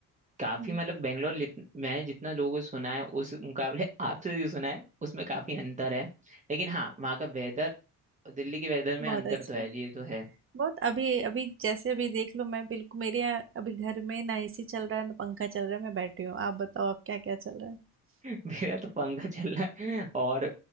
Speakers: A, on the right; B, on the right.
A: काफी
B: हम्म,
A: मतलब बेंगलोर लित- मैंने जितना लोगों से सुना है उस मुकाबले <laughs> आपसे जो सुना है उसमें काफी अंतर है लेकिन हाँ वहाँ का वेदर दिल्ली के वेदर में
B: बहुत
A: अंतर
B: अच्छा
A: तो है
B: है
A: ये तो है
B: बहुत अभी अभी जैसे अभी देख लो मैं बिल्कुल मेरे यहाँ अभी घर में ना एसी चल रहा है ना पंखा चल रहा है मैं बैठी हूँ आप बताओ आप क्या क्या चल रहा है
A: मेरा तो पंखा चल रहा है और